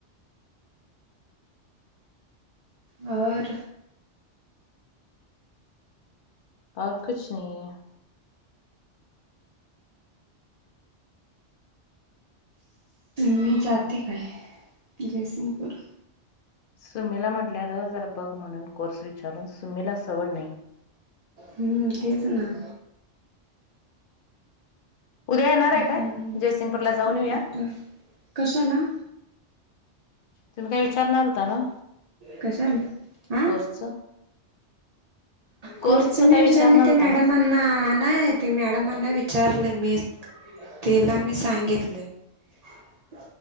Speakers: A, on the right; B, on the left.
A: और?
B: औ कुछ नाही आहे.
A: मी जाती काय जयसिंगपूर.
B: सुमीला म्हटल्याला जरपग म्हणून कोर्स विचारून सुमीला सवड नाही.
A: हम्म तेच ना.
B: उद्या येणार
A: हम्म
B: आहे काय जयसिंगपूरला
A: खूप
B: जाऊन येऊया.
A: मोठं कशाला
B: तुम्ही काय विचारणार होता ना.
A: कशाल आा.
B: कोर्सच कोर्सच
A: खुर्च मी
B: काय विचारणार
A: विचार म ते
B: होता
A: मॅडमांना
B: ना
A: नाही. ते मॅडमांना विचारले मी तला मी सांगितले. <unintelligible>